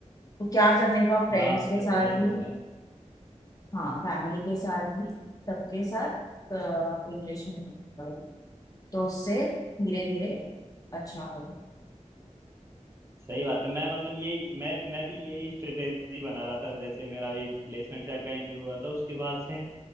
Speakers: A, on the left (about 30°); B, on the right (about 20°).
A: तो क्या करने का फ्रेंड्स
B: हाँ
A: के
B: बस
A: साथ
B: वही हो
A: भी
B: रहा है
A: हाँ फैमिली के साथ भी सबके साथ इंग्लिश में बात करो तो उससे धीरे धीरे अच्छा होगा
B: सही बात है मैं मतलब यही मैं मैं भी यही स्ट्रेटेजी बना रहा था जैसे मेरा भी प्लेसमेंट सेल का इंटरव्यू हुआ था उसके बाद से